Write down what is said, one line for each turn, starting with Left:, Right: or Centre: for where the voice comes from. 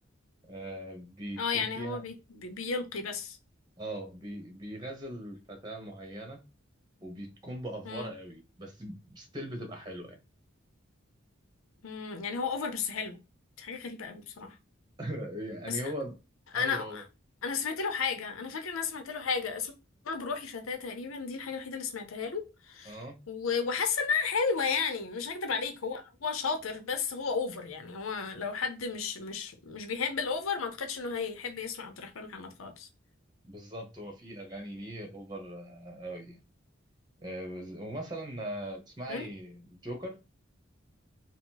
Right: آه، بيكون
Left: آه يعني
Right: فيها
Left: هو بي... بي- بيلقي بس
Right: اه بي- بيغزل فتاه معينه وبتكون بافوره
Left: مم.
Right: قوي بس ستيل بتبقى حلوه يعني
Left: مم. يعني هو أوفر بس حلو دي حاجة غريبة قوي بصراحة
Right: <laughs> يعني
Left: بس
Right: هو ايوه
Left: انا
Right: هو
Left: انا سمعت له حاجه انا فاكره ان انا سمعت له حاجه اسمها بروحي فتاه تقريبا دي الحاجه الوحيده اللي سمعتها له
Right: اه
Left: و- وحاسه انها حلوه يعني مش هكدب عليك هو هو شاطر بس هو اوفر يعني هو لو حد مش مش مش بيحب الاوفر ما اعتقدش انه هيحب يسمع عبد الرحمن محمد خالص
Right: بالظبط هو في اغاني ليه اوفر قوي يعني آه، بز- ومثلا آه، تسمعي
Left: تمام
Right: جوكر